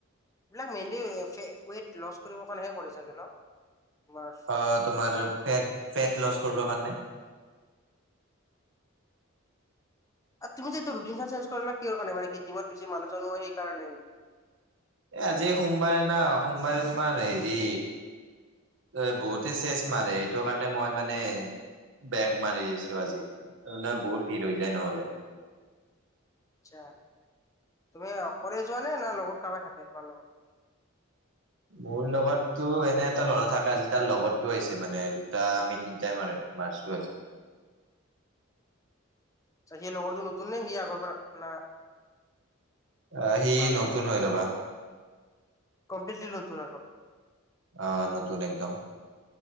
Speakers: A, on the left (about 15°); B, on the right (about 65°).
A: এই বিলাক মেইনলি ফেট ৱেইট লচ কৰিবৰ কাৰণে হে কৰে চাগে ন? তোমাৰ
B: অ তোমাৰ ফেট ফেট লচ কৰিবৰ কাৰণে,
A: আৰু তুমি যে এইটো ৰুটিনখন চেঞ্জ কৰিলা কিহৰ কাৰণে মানে কি জিমত বেছি মানুহ চানুহ হয় সেইকাৰণে,
B: এ আজি এ সোমবাৰে না সোমবাৰে তোমাৰ হেৰি, এ বহুতে চেচ মাৰে হেইটো কাৰণে মই মানে, বেগ মাৰি আছো আজি জাননা বহুত ভিৰ হৈ যায় নহলে।
A: আচ্ছা তুমি অকলে যোৱা নে না লগত কাৰবাই থাকে তোমাৰ লগত,
B: মোৰ লগতো এনে এটা ল'ৰা থাকে আজি তাৰ লগৰটো আহিছে মানে দুটা আমিতি, দুটাই মাৰো, মাৰছো আজি।
A: আছা সেই লগটো নতুন নে হি আগৰ পৰা না,
B: আ হি
A: মাৰছে
B: নতুন হই ৰবা,
A: কম্প্লিটলি নতুন আৰু,
B: অ নতুন একদম।